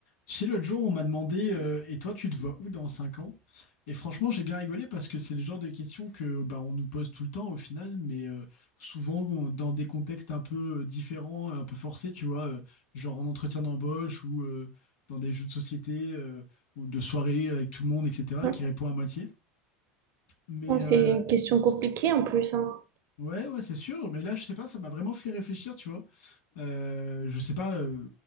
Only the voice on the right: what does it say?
Non,
C'est une question compliquée en plus, hein.